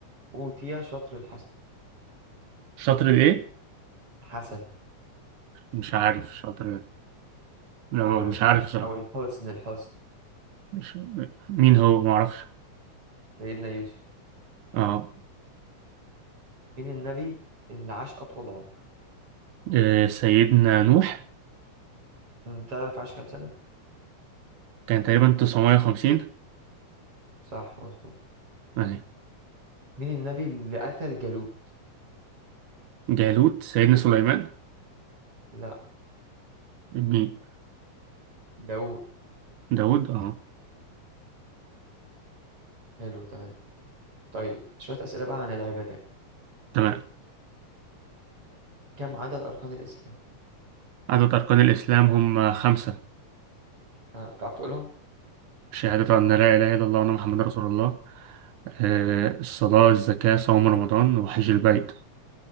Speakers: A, on the right (about 45°); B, on the right (about 75°).
A: أوتي شطر الحسن
B: شاطر الإيه
A: الحسن
B: مش عارف شاطر إيه. لا ما-
A: أو
B: مش
A: ال...
B: عارف صراحة
A: أو الحسن الحسن
B: مش مين هو معرفش
A: سيدنا يوسف
B: اه
A: مين النبي اللي عاش أطول عمر
B: آه، سيدنا نوح
A: أنت تعرف عاش كام سنة
B: كان تقريبا 950
A: صح مظبوط
B: أهي
A: مين النبي اللي قتل جالوت
B: جالوت سيدنا سليمان
A: لا
B: مين
A: داوود
B: داود اه
A: حلو تمام طيب شوية أسئلة بقى عن العبادات
B: تمام
A: كم عدد أركان الإسلام
B: عدد أركان الإسلام هم خمسة
A: ها تعرف تقولهم
B: شهادة أن لا إله إلا الله وأن محمد رسول الله آه، الصلاة الزكاة صوم رمضان وحج البيت